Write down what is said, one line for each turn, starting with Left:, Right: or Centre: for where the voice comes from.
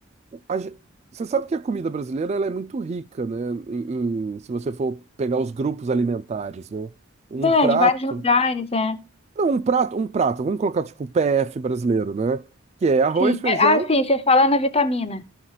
Right: a ge- Você sabe que a comida brasileira ela é muito rica, né? Em- em- Se você for pegar os grupos alimentares, né? Um
Left: É,
Right: prato
Left: de vários lugares, é.
Right: Não, um prato, um prato, vamos colocar tipo o PF brasileiro, né? Que é arroz,
Left: Sim.
Right: feijão,
Left: É, Ah, sim, você fala na vitamina.